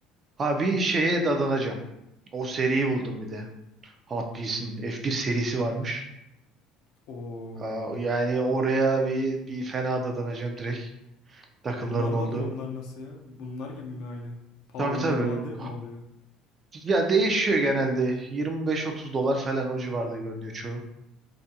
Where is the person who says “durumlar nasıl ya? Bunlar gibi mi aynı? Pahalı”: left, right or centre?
Left